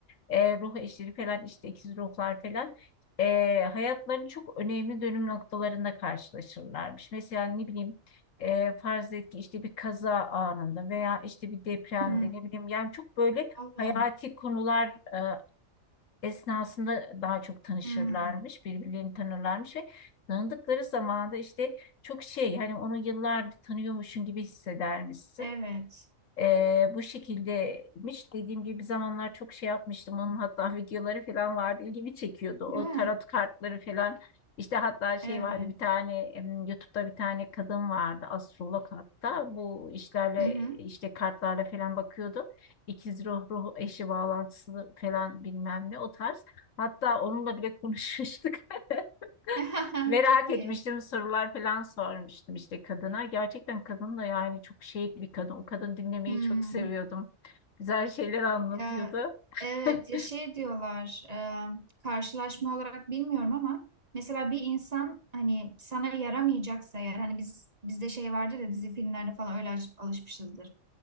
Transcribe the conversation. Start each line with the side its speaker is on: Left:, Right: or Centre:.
Left: e, ruh eşleri falan işte ikiz ruhlar falan e, hayatların çok önemli dönüm noktalarında karşılaşırlarmış. Mesela ne bileyim e, farz et ki işte bir kaza anında veya işte bir depremde
Right: Hmm.
Left: ne bileyim yani çok böyle
Right: Allah.
Left: hayati
Right: Allah.
Left: konular e, esnasında daha çok tanışırlarmış,
Right: Hmm.
Left: birbirlerini tanırlarmış ve tanıdıkları zaman da işte çok şey hani onu yıllardır tanıyormuşsun gibi hissedermişsin.
Right: Evet.
Left: Ee, bu şekildeymiş. Dediğim gibi bir zamanlar çok şey yapmıştım. Onun hatta videoları falan vardı. İlgimi çekiyordu.
Right: Değil
Left: O
Right: mi?
Left: tarot kartları falan. İşte hatta şey
Right: Evet.
Left: vardı bir tane em, YouTube'da bir tane kadın vardı. Astrolog hatta. Bu işlerle
Right: Hı hı.
Left: işte kartlarla falan bakıyordu. İkiz ruh, ruh eşi bağlantısı falan bilmem ne o tarz. Hatta onunla bile konuşmuştuk. <laughs>
Right: <laughs>
Left: Merak
Right: Çok iyi.
Left: etmiştim sorular falan sormuştum işte kadına. Gerçekten kadın da yani çok şey bir kadın. O kadın dinlemeyi
Right: Hmm.
Left: çok seviyordum. Güzel şeyler anlatıyordu.
Right: Ya, evet
Left: <laughs>
Right: ya şey diyorlar e, karşılaşma olarak bilmiyorum ama mesela bir insan hani sana yaramayacaksa eğer hani biz bizde şey vardır ya dizi filmlerde falan öyle alış- alışmışızdır.